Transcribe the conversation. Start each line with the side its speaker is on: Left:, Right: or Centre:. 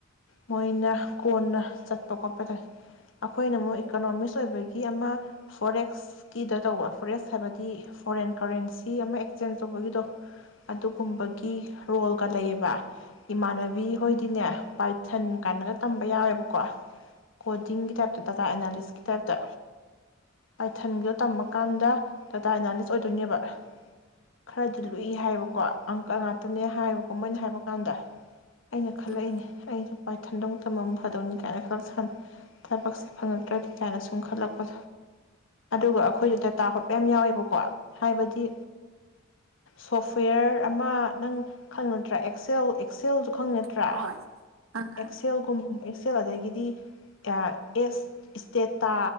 Left: ꯃꯣꯏꯅ ꯀꯣꯟꯅ ꯆꯠꯄ ꯈꯣꯠꯄꯗ ꯑꯩꯈꯣꯏꯅ ꯑꯃꯨꯛ ꯏꯀꯣꯅꯣꯃꯤꯁ ꯑꯣꯏꯕꯒꯤ ꯑꯃ ꯐꯣꯔꯦꯛꯁꯀꯤꯗ ꯇꯧꯕ ꯐꯣꯔꯦꯛꯁ ꯍꯥꯏꯕꯗꯤ ꯐꯣꯔꯦꯟ ꯀꯔꯦꯟꯁꯤ ꯑꯃ ꯑꯦꯛꯆꯦꯟꯁ ꯇꯧꯕꯒꯤꯗꯣ ꯨꯝꯕꯒꯤ ꯔꯣꯜ ꯋꯥ ꯏꯃꯥꯟ ꯕꯤ ꯍꯣꯏꯗꯤꯅꯦ ꯄꯥꯏꯊꯟ ꯀꯥꯏꯅꯒ ꯇꯝꯕ ꯌꯥꯎꯋꯦꯕꯀꯣ ꯀꯣꯗꯤꯡꯒꯤ ꯇꯥꯏꯞꯇ ꯗꯥꯇꯥ ꯑꯦꯅꯥꯂꯤꯁ ꯇꯥꯏꯞꯇ ꯄꯥꯏꯊꯟꯒꯤꯗꯣ ꯇꯝꯃꯀꯥꯟꯗ ꯇꯇꯥ ꯑꯦꯅꯥꯂꯤꯁ ꯑꯣꯏꯗꯣꯏꯅꯦꯕ ꯈꯔꯗꯤ ꯂꯨꯏ ꯍꯥꯏꯌꯦꯕꯀꯣ ꯑꯪ ꯉꯥꯛꯇꯅꯦ ꯍꯥꯏ ꯀꯃꯣꯏꯅ ꯍꯥꯏꯕ ꯀꯥꯟꯗ ꯑꯩꯅ ꯈꯜꯂꯛꯏꯅꯦ
Right: ꯎꯝ
Left: ꯑꯩꯁꯨ ꯍꯥꯏ ꯊꯟꯗꯧ ꯇꯝꯐꯝꯝ ꯐꯗꯧꯅꯤ ꯀꯥꯏꯅ ꯈꯜꯂ ꯊꯕꯛꯁꯦ ꯐꯪꯉꯛꯇ꯭ꯔꯗꯤ ꯀꯥꯏꯅ ꯁꯨꯝ ꯈꯜꯂꯛꯄ ꯑꯗꯨꯒ ꯑꯩꯈꯣꯏꯗ ꯇꯇꯥ ꯍꯣꯠ ꯃꯌꯥꯝ ꯌꯥꯎꯋꯦꯕꯀꯣ ꯍꯥꯏꯕꯗꯤ ꯁꯣꯐꯋꯦꯌꯔ ꯑꯃ ꯅꯪ ꯈꯪ ꯅꯠꯇ꯭ꯔꯥ ꯑꯦꯛꯁꯦꯜ ꯑꯦꯛꯁꯦꯜꯗꯨ ꯄꯈꯪ ꯅꯠꯇ꯭ꯔꯥ
Right: ꯍꯣꯏ ꯑꯥ ꯈꯪꯉꯦ
Left: ꯑꯦꯛꯁꯦꯜꯒꯨꯝ ꯍꯛꯁꯦꯜ ꯑꯗꯒꯤꯗꯤ ꯑꯦꯁ ꯏꯁꯇꯦꯇꯥ